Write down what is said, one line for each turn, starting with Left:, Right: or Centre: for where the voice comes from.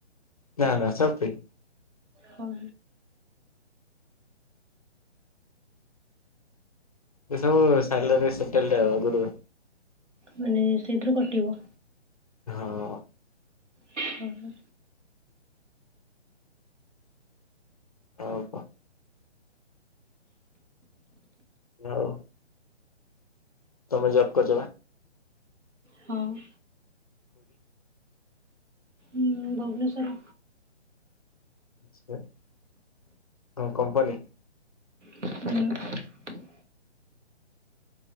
Left: ନା ନା ସବୁ ଫ୍ରି।
Right: ହଁ
Left: ଏ ସବୁ ସାଟଲଟ <unintelligible> ଆଗରୁ
Right: ମାନେ ସେଇଥିରୁ କଟିବ।
Left: ହଁ
Right: ହଁ
Left: ହଉ କ ହ ତମେ ଜପକଛ <unintelligible>
Right: ହଉଁ ହ ଭୁବନେଶ୍ୱର।
Left: ଆଛା, କମ୍ପାନୀ
Right: ହୁଁ